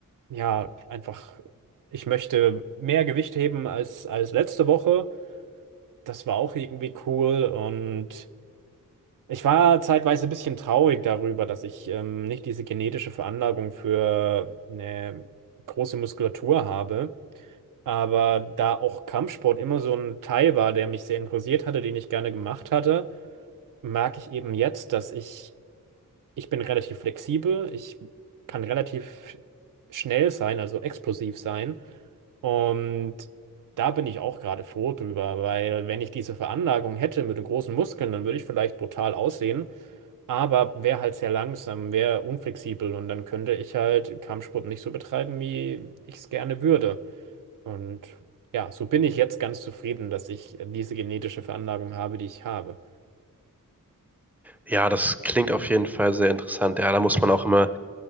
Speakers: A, on the right (about 65°); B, in the centre.
A: ja, einfach, ich möchte mehr Gewicht heben als, als letzte Woche. Das war auch irgendwie cool und Ich war zeitweise ein bisschen traurig darüber, dass ich ähm, nicht diese genetische Veranlagung für eine große Muskulatur habe. Aber da auch Kampfsport immer so ein Teil war, der mich sehr interessiert hatte, den ich gerne gemacht hatte, merke ich eben jetzt, dass ich, ich bin relativ flexibel, ich kann relativ schnell sein, also explosiv sein. Und da bin ich auch gerade froh drüber, weil wenn ich diese Veranlagung hätte mit den großen Muskeln, dann würde ich vielleicht brutal aussehen aber wäre halt sehr langsam, wäre unflexibel und dann könnte ich halt Kampfsport nicht so betreiben, wie ich es gerne würde. Und ja, so bin ich jetzt ganz zufrieden, dass ich diese genetische Veranlagung habe, die ich habe.
B: ja, das klingt auf jeden Fall sehr interessant. Ja, da muss man auch immer